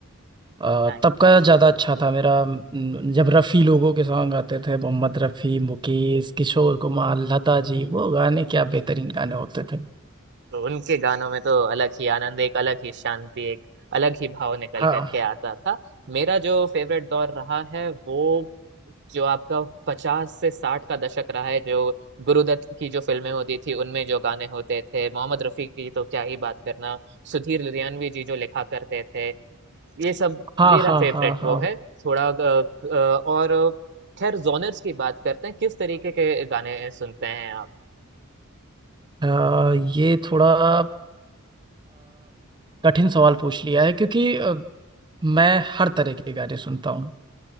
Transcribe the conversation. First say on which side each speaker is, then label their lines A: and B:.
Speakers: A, on the right; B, on the right.
A: आ,
B: का
A: तब का ज्यादा अच्छा था मेरा न- जब रफ़ी लोगों के सॉन्ग आते थे मोहम्मद रफ़ी मुकेश किशोर कुमार लता जी वो गाने क्या बेहतरीन गाने होते थे
B: तो उनके गानों में तो अलग ही आनंद एक अलग ही शांति एक अलग ही भाव निकल
A: हाँ
B: करके आता था मेरा जो फेवरेट दौर रहा है वो जो आपका पचास से साठ का दशक रहा है जो गुरुदत्त की जो फिल्में होती थी उनमें जो गाने होते थे मोहम्मद रफी की तो क्या ही बात करना सुधीर लुधियानवी जी जो लिखा करते थे ये सब
A: हाँ
B: मेरा
A: हाँ
B: फेवरेट
A: हाँ
B: वो
A: हाँ
B: है थोड़ा अ, अ, और खैर जोनर्स की बात करते हैं किस तरीके के गाने सुनते हैं आप
A: अ, ये थोड़ा अ, कठिन सवाल पूछ लिया है क्योंकि अ, मैं हर तरह के गाने सुनता हूँ